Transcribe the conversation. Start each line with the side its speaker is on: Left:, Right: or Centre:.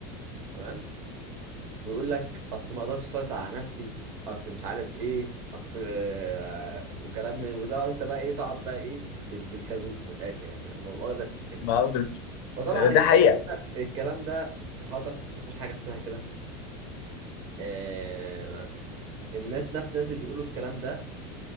Right: تمام ويقول لك اصل ما اقدرش اسيطر على نفسي اصل مش عارف ايه اصل آه وكلام من وده انت بقى ايه تقعد بقى ايه بال- بالخازوق من الاخر يعني لا مؤاخذه في الكلمه
Left: ما
Right: فطبعا
Left: ده
Right: الك-
Left: حقيقه
Right: الكلام ده هجس مفيش حاجه اسمها كده آه، الناس نفس الناس اللي بيقولوا الكلام ده